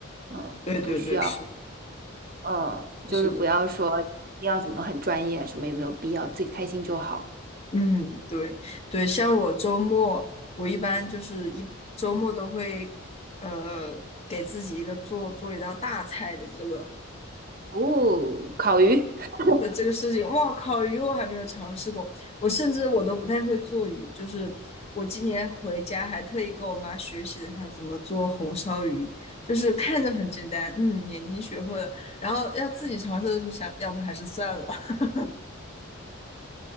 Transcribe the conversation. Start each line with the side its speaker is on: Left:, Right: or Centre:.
Right: 嗯，
Left: 对对对，
Right: 不需要，
Left: 是的
Right: 嗯，就是不要说一定要怎么很专业，
Left: 是的，
Right: 什么也没有必要，自己开心就好。
Left: 嗯，对对，像我周末，我一般就是一周末都会呃给自己一个做做一道大菜的这个。
Right: 哦，烤鱼。<laughs>
Left: 的这个事情，哇靠，鱼我还没有尝试过，我甚至我都不太会做鱼，就是我今年回家还特意跟我妈学习了一下怎么做红烧鱼，就是看着很简单，嗯，眼睛学会了，然后要自己尝试就想，要不还是算了吧。<laughs>